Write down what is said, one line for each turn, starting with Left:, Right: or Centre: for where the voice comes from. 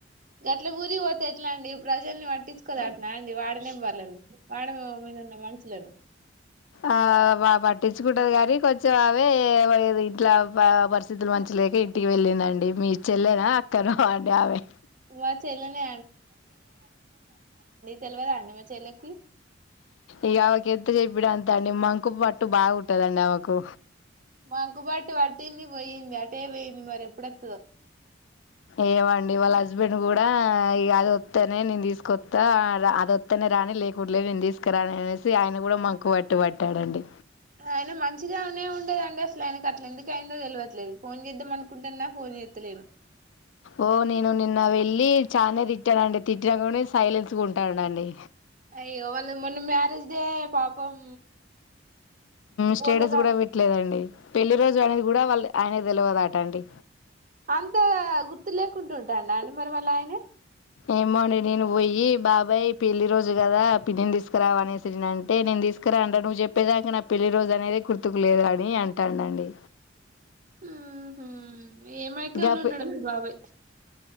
Right: గట్ల ఊరి పోతే ఎట్లా అండి ప్రజల్ని పట్టించుకోద అట్న అండి వాడ్ మెంబర్లను వాడ మీద ఉన్న మనుషులను
Left: ఆ బా పట్టించుకుంటాది కొంచెం అవే ఇట్లా పరిస్థితులు మంచి లేక ఇంటికి వెళ్ళిందండి మీ చెల్లెనా అక్కనో అండి ఆమె
Right: మా చెల్లెనే తెల్వద అండి మా చెల్లకి
Left: ఇగ ఆమెకు ఎంత చెప్పిన అంతే అండి మంకు పట్టు బా ఉంటదండి ఆమెకు
Right: మంకు పట్టు అట్టేంది పోయింది అటే పోయింది మరి ఎప్పుడు వత్తదో
Left: ఏవండి వాళ్ళ హస్బెండ్ కూడా ఇగ అది వత్తేనే నేను తీసుకొస్తా అది వత్తేనే రాని నీకుట్లే నేను తీసుకురాననేసి ఆయన కూడా మంకు పట్టు పట్టాడండి
Right: ఆయన మంచిగానే ఉండేదండి అసలు ఆయనకు అట్లా ఎందుకైందో తెల్వదు ట్లేదు ఫోన్ చేద్దామ అనుకుంటన్నా ఫోన్ జేత్తలేను
Left: ఓ నేన్ నిన్న వెళ్ళి చానే తిట్టానండి తిట్టికని సైలెన్స్ గ ఉంటానండి
Right: అయ్యో వాళ్ళ మొన్న మ్యారేజ్ డే పాపం
Left: స్టేటస్
Right: పోలేదా
Left: కూడా పెట్టలేదండి పెళ్లి రోజు అనేది కూడా వాళ్ళే ఆయనకి తెల్వదట అండి
Right: అంత గుర్తు లేకుండ ఉంటే అండి ఆయన మరి వాళ్ళే ఆయనే
Left: ఏమోండి నేను ఓయి బాబాయ్ పెళ్ళి రోజు కదా పిన్నిని దీసుకురావ అనేసి న అంటే నేను తీసుకురా అంటే నువ్వు చెప్పేదాక నా పెళ్లి రోజు అనేది గుర్తుకు లేదు అని అంటాండు అండి
Right: మ్ హు ఏమైక్కాని
Left: గా
Right: అని
Left: పె
Right: ఉన్నాడో మీ బాబాయ్